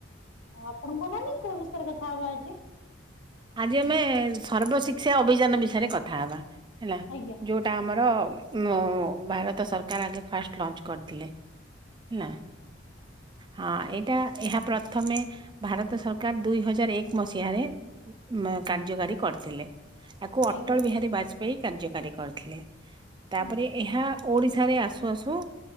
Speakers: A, on the left (about 85°); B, on the right (about 25°).
A: ଆଉ ଆପଣଙ୍କ କହୁନାହାନ୍ତି କୋଉ ବିଷୟରେ କଥା ହବା ଆଜି?
B: ଆଜି ଆମେ ସର୍ବଶିକ୍ଷା ଅଭିଯାନ ବିଷୟରେ କଥା ହବା ହେଲା।
A: ଆଜ୍ଞା
B: ଯୋଉ ଟା ଆମର ମ ଭାରତ ସରକାର ଆଗେ ଫାଷ୍ଟ ଲଞ୍ଚ କରିଥିଲେ ହେଲା? ହଁ ଏଇଟା ଏହା ପ୍ରଥମେ ଭାରତ ସରକାର ଦୁଇ ହଜାର ଏକ ମସିହାରେ ମ କାର୍ଯ୍ୟକାରୀ କରିଥିଲେ। ଆକୁ
A: ଆଜ୍ଞା
B: ଅଟଳ ବିହାରୀ ବାଜପେୟୀ କାର୍ଯ୍ୟକାରୀ କରିଥିଲେ। ତାପରେ
A: ଆଜ୍ଞା
B: ଏହା ଓଡିଶାରେ ଆସୁ ଆସୁ